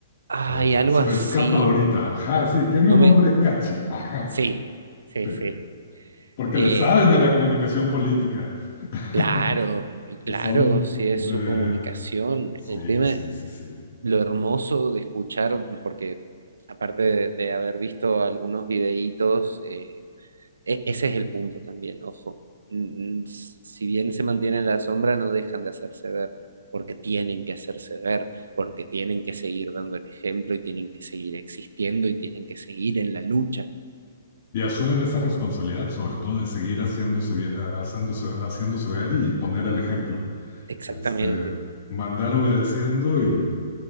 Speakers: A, on the right; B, on the left.
A: Ay,
B: Es-
A: algo
B: Se
A: así.
B: me escapa ahorita. Ajá, sí, tiene
A: No
B: un
A: me...
B: nombre catchy. Ajá,
A: Sí, sí,
B: sí.
A: sí.
B: Porque
A: Eh,
B: le saben a la comunicación política. <laughs>
A: claro, y claro,
B: Son
A: si es
B: de...
A: su comunicación.
B: Sí,
A: El tema
B: sí, sí, sí.
A: lo hermoso de escuchar, porque aparte de, de haber visto algunos videítos, eh, e- ese es el punto también, ojo. Mm, s- Si bien se mantienen en la sombra, no dejan de hacerse ver, porque tienen que hacerse ver, porque tienen que seguir dando el ejemplo y tienen que seguir existiendo y tienen que seguir en la lucha.
B: Y asumen esa responsabilidad, sobre todo de seguir haciéndose, vi- haciéndose, haciéndose ver y poner el ejemplo.
A: Exactamente,
B: Este, mandar obedeciendo y,